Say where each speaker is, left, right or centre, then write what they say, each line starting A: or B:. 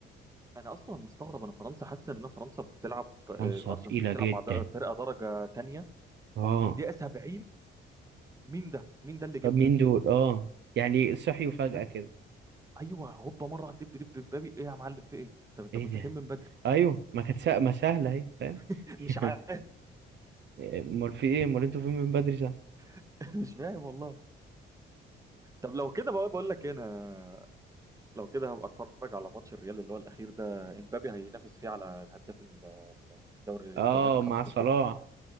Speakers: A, on the right; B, on the right.
A: اصلا مستغرب انا فرنسا حاسس ان فرنسا بتلعب
B: فرنسا
A: آه، الارجنتين
B: تقيله
A: بتلعب
B: جدا
A: مع د- فرقه درجه تانية
B: اه
A: ومن الدقيقه 70 مين ده مين ده اللي جه
B: طب
A: بجد
B: مين دول اه يعني صحيوا فجأة
A: بجد
B: كده
A: ايوه هوبا مره على الدب دب مبابي ايه يا معلم في ايه طب انت
B: ايه
A: كنت فين
B: ده
A: من بدري
B: ايوه ما كانت سا- ما سهله اهي فاهم
A: <laughs>
B: <laughs>
A: مش عارف
B: امال في ايه امال انتوا فين من بدري ساعه
A: <laughs> مش فاهم والله طب لو كده بقى بقول لك إيه، انا لو كده هبقى اتفرج على ماتش الريال اللي هو الاخير ده امبابي هينافس فيه على الهداف الدوري
B: اه
A: الدوريات الخمسه
B: مع صلاح
A: الكبرى